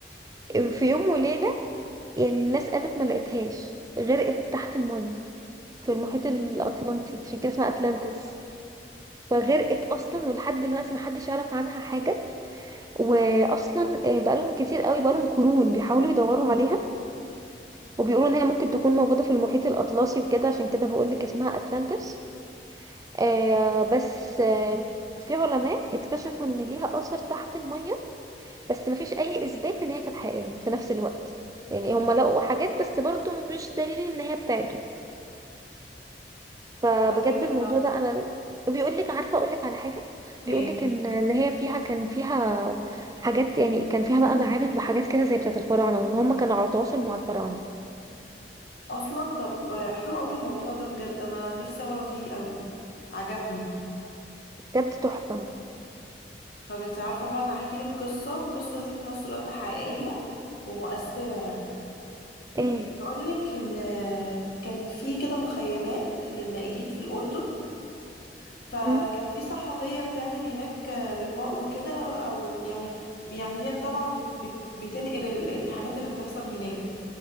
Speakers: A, on the right; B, on the left.
A: في يوم وليلة يعني الناس قامت ما لقيتهاش غرقت تحت المية في المحيط الأطلنطي عشان كده اسمها أتلانتس فغرقت اصلا ولحد دلوقتي محدش يعرف عنها حاجه واصلا آه، بقالهم كتير قوي بقالهم قرون بيحاولوا يدوروا عليها وبيقولوا ان هي ممكن تكون موجوده في المحيط الاطلسي وكده عشان كده بقولك اسمها اتلانتس آه بس آه في علماء اكتشفوا ان ليها اثر تحت المية بس مفيش اي اثبات ان هي كانت حقيقية في نفس الوقت يعني هم لقوا حاجات بس برضو مش دليل ان هي بتاعته فبجد
B: والله
A: الموضوع ده انا بيقول لك عارفة اقول لك على حاجة بيقول
B: ايه
A: لك ان ان هي فيها كان فيها حاجات يعني كان فيها بقى معابد وحاجات كده زي بتاعة الفراعنة وان هم كانوا على تواصل مع الفراعنة
B: اصلا طب حلو قوي الموضوع ده بجد انا نفسي اقرا فيه قوي عجبني
A: بجد تحفة
B: طب انت عارفه بقى انا هحكي لك قصه والقصه دي في نفس الوقت حقيقيه ومؤثره يعني
A: ايه
B: بقولك إن كان في كده مخيمات للاجئين في الأردن فكان
A: مم.
B: في صحفية بتعمل هناك لقاء وكده أو يعني يعني هي طالعة بت بت بتنقل ال- الحاجات اللي بتحصل هناك